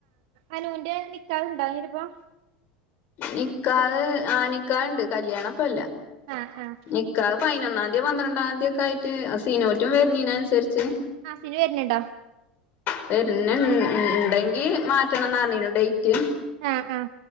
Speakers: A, on the right; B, on the left.
A: അനുന്റെ നിക്കാഹ് ഇണ്ടായിലപ്പം
B: നിക്കാഹ് ആ നിക്കാഹ്‌ ണ്ട് കല്യാണ പ്പല്ല
A: ആഹ് ആഹ്
B: നിക്കാഹ് പൈനൊന്ന ഇ പന്ത്രണ്ടാം ന്തി ക്കെ ആയി്റ്റ് അസീനോറ്റും വരുന്നീനൻസരിച്ച്
A: ഹസീന വര് ൻ ണ്ടോ
B: വര് ന് ണ്ടെങ്കി മാറ്റണംന്ന് അർ ഞീനു ഡേറ്റ്
A: ആഹ ആഹ